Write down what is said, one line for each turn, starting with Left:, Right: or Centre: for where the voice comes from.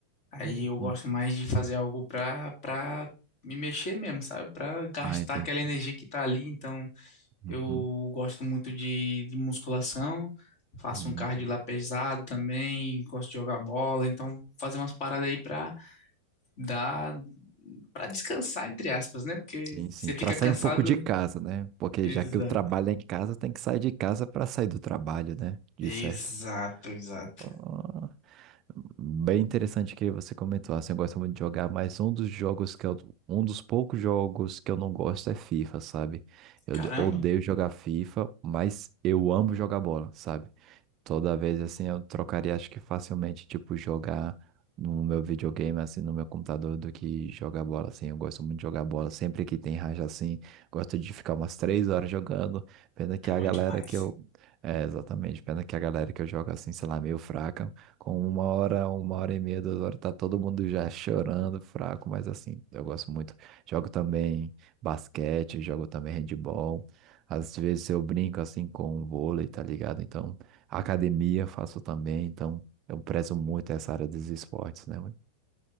Left: aí
Right: Uhum.
Left: eu gosto mais de fazer algo pra, pra me mexer mesmo, sabe? Pra gastar
Right: Ah, entendi.
Left: aquela energia que tá ali. Então, eu
Right: Uhum.
Left: gosto muito de, de musculação, faço
Right: Uhum.
Left: um cardio lá pesado também, gosto de jogar bola. Então, fazer umas paradas aí pra dar, pra descansar, entre aspas, né? Porque
Right: Sim, sim.
Left: você
Right: Pra
Left: fica
Right: sair
Left: cansado.
Right: um pouco de casa, né? Porque
Left: Exato.
Right: já que o trabalho é em casa, tem que sair de casa pra sair do trabalho, né?
Left: Exato,
Right: De certo.
Left: exato.
Right: Ah, Bem interessante que você comentou, assim, eu gosto muito de jogar, mas um dos jogos que eu, um dos poucos jogos que eu não gosto é FIFA, sabe? Eu
Left: Caramba,
Right: de- odeio jogar FIFA, mas eu amo jogar bola, sabe? Toda vez assim eu trocaria, acho que facilmente, tipo, jogar no meu videogame, assim, no meu computador, do que jogar bola, assim. Eu gosto muito de jogar bola. Sempre que tem raja, assim, gosto de ficar umas três horas jogando. Pena que
Left: É
Right: a
Left: bom
Right: galera
Left: demais.
Right: que eu. É, exatamente. Pena que a galera que eu jogo, assim, sei lá, meio fraca. Com uma hora, uma hora e meia, duas horas, tá todo mundo já chorando, fraco, mas assim, eu gosto muito. Jogo também basquete, jogo também handball. Às vezes eu brinco, assim, com vôlei, tá ligado? Então. Academia faço também, então eu prezo muito essa área dos esportes, né? mano?